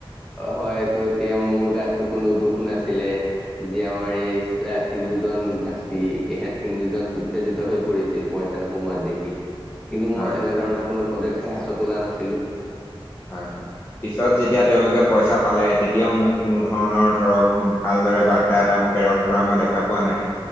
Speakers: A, in the centre; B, on the left.
A: হয়। এতিয়া মোৰ গাততো কোনো দুখ নাছিলে। যি আমাৰ এই তিনিওজন ভাতৃ ইহেত তিনিওজন উত্তেজিত হৈ পৰি ছিল পইছা নোসোমোৱাত দেখি কিন্তু
B: হয়
A: মই তেনেধৰণৰ কোনো পদক্ষেপ হাতত ওলোৱা নাছিলোঁ।
B: হয়, হয়। পিছত যেতিয়া তেওঁলোকে পইচা পালে, তেতিয়াও মোক কোনো ধৰণৰ ধৰক ভালদৰে বাৰ্তা এটা প্ৰেৰণ কৰা মই দেখা পোৱা নাই।